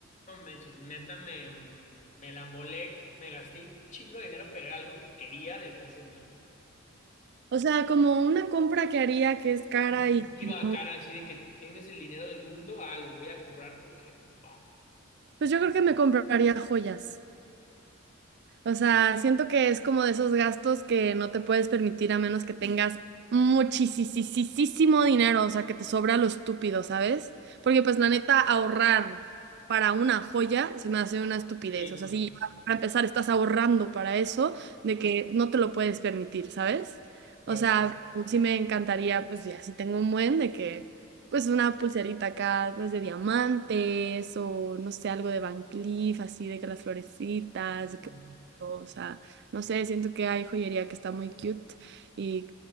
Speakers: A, on the left; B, on the right.
A: No manches, neta, me, me la embolé, me gasté un chingo de dinero, pero era algo que quería desde hace mil.
B: O sea, como una compra que haría que es cara
A: Compulsiva,
B: y que no
A: cara, así de que tienes el dinero del mundo, ah, lo voy a comprar porque va.
B: Pues yo creo que me compraría joyas. O sea, siento que es como de esos gastos que no te puedes permitir a menos que tengas muchísimo dinero, o sea, que te sobra lo estúpido, ¿sabes? Porque pues la neta, ahorrar para una joya se me hace una estupidez.
A: Sí,
B: O
A: no,
B: sea, si ya para empezar estás ahorrando para eso, de que no te lo puedes permitir, ¿sabes?
A: claro.
B: O sea, sí me encantaría, pues ya, si tengo un buen de que, pues una pulserita acá, pues de diamantes o no sé, algo de Van Cleef, así de que las florecitas.
A: Mm,
B: O sea, no sé, siento que hay joyería que está muy cute y,